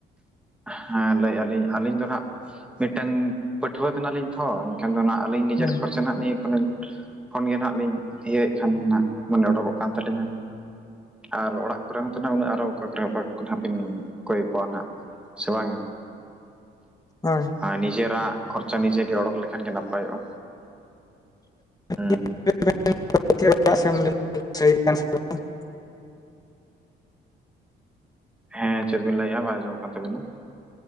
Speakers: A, in the centre; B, on the left.
A: ᱦᱮᱸ ᱞᱟᱹᱭᱮᱫ ᱟᱞᱤᱧ ᱟᱹᱞᱤᱧ ᱫᱚ ᱦᱟᱜ ᱢᱤᱫᱴᱟᱝ ᱯᱟᱹᱴᱷᱩᱣᱟᱹ ᱠᱟᱱᱟᱞᱤᱧ ᱛᱷᱚ᱾ ᱮᱠᱷᱟᱱ ᱟᱹᱞᱤᱧ ᱱᱤᱡᱮᱨ
B: ᱦᱮᱸ
A: ᱠᱷᱚᱨᱪᱟ ᱱᱤᱭᱟᱹ ᱠᱷᱚᱱ ᱠᱷᱚᱱ ᱜᱮ ᱱᱟᱜ ᱞᱤᱧ ᱤᱭᱟᱹᱭᱮᱫ ᱠᱷᱟᱱ ᱱᱟᱜ ᱢᱟᱱᱮ ᱚᱰᱚᱠᱚᱜ ᱠᱟᱱ ᱛᱟᱹᱞᱤᱧᱟ᱾ ᱟᱨ ᱚᱲᱟᱜ ᱠᱚᱨᱮ ᱦᱚᱸ ᱛᱚ ᱦᱟᱜ ᱩᱱᱟᱹᱜ ᱟᱨᱚ ᱠᱚᱜ <unintelligible> ᱵᱤᱱ ᱠᱚᱭ ᱠᱚᱣᱟ ᱦᱟᱸᱜ᱾ ᱥᱮ ᱵᱟᱝ
B: ᱦᱳᱭ
A: ᱟᱨ ᱱᱤᱡᱮᱨᱟᱜ ᱠᱷᱚᱨᱪᱟ ᱱᱤᱡᱮ ᱜᱮ ᱚᱰᱚᱠ ᱞᱮᱠᱷᱟᱱ ᱜᱮ ᱱᱟᱯᱟᱭᱚᱜᱼᱟ᱾
B: <unintelligible>
A: ᱦᱩᱸ ᱦᱮᱸ ᱪᱮᱫ ᱵᱤᱱ ᱞᱟᱹᱭᱮᱜᱼᱟ, ᱵᱟᱭ ᱟᱸᱡᱚᱢᱚᱜ ᱠᱟᱱ ᱛᱟᱵᱤᱱᱟ᱾